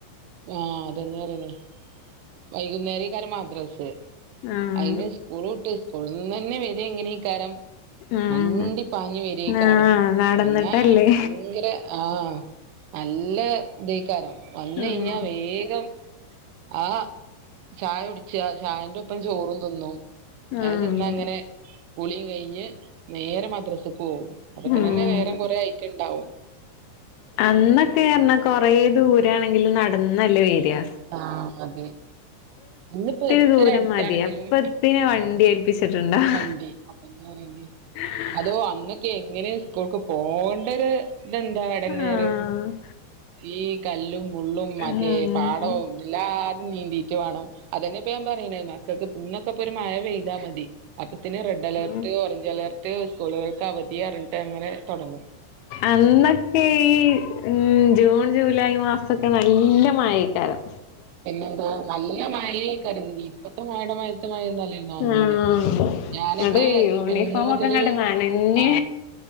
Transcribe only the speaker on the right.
ആഹ് അതെന്നെ അറിനെ. വൈകുന്നേരെക്കാര മദ്രസ്-
അയിന് സ്കൂൾ വിട്ട് സ്കൂൾന്ന് എനെ വരെങ്ങനെക്കാരം
മണ്ടി പാഞ്ഞ് വരെകാരം
വന്ന ഭയങ്കര ആഹ് നല്ലഇതെക്കാരം വന്ന്
കഴിഞ്ഞാ വേഗം ആ ചായ കുടിച്ച ചായന്റെ ഒപ്പം ചോറും തിന്നും
അതിന്ന അങ്ങനെ കുളീ കഴിഞ്ഞ് നേരെ മദ്രസക് പോവും അപ്പൊതിന്നെ
നേരം കൊറെആയിട്ടുണ്ടാവും.
ആഹ് അതെ. ഇന്നിപ്പോ
ഇത്രേ
അടുത്താണെങ്കിലും
വണ്ടി <unintelligible>
അതോ അന്നൊക്കെ എങ്ങനെ സ്കൂൾക്ക് പോകേണ്ടത് ഇതെന്താ അടങ്ങേറ്.
ഈ കല്ലും മുള്ളും മറ്റേ
പാടവും എല്ലാതും നീന്തിട്ടു വേണം അതന്നെ ഇപ്പൊ ഞാൻ പറയുണ് മക്കൾക്ക് പിന്നൊക്കെപ്പൊ ഒരു മഴ പെയ്താൽ മതി അപ്പൊതിന് റെഡ് അലർട്ട്
ർട്ട്ഓറഞ്ച് അലർട്ട് സ്കൂളുകൾക്ക് അവധിറിഞ്ഞിട്ട് അങ്ങനെ തൊടങ്ങും.
പിന്നെന്താ നല്ല മഴയെക്കാരം ഇപ്പത്തെ മഴയുടെ മഴത്തെ മഴൊന്നല്ല അന്ന്.
ഞാനൊക്കെ
പിന്നെ ഒന്ന് മുതല്
ആ..